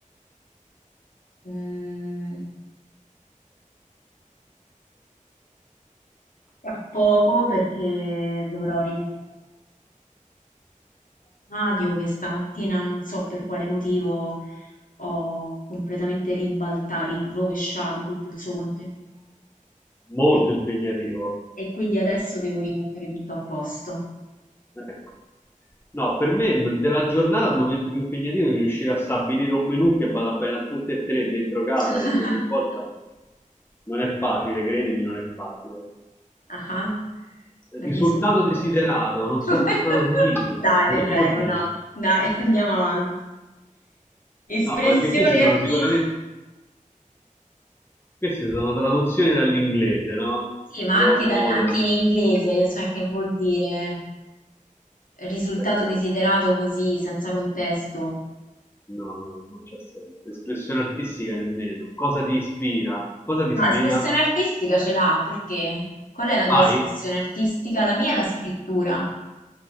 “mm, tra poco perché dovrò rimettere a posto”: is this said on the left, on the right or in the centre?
Left